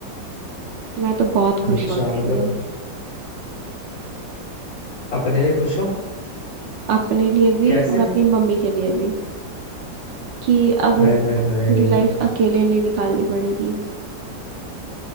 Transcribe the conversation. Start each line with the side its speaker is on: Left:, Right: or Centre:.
Right: मैं तो बहुत खुश
Left: अच्छा
Right: हूँ उनके
Left: मतलब
Right: लिए
Left: अपने लिए खुश हो
Right: अपने लिए भी
Left: कैसे
Right: और अपनी मम्मी के लिए भी कि अब
Left: हाय
Right: उनको
Left: हाय
Right: पूरी
Left: हाय
Right: लाइफ अकेले नहीं निकालनी पड़ेगी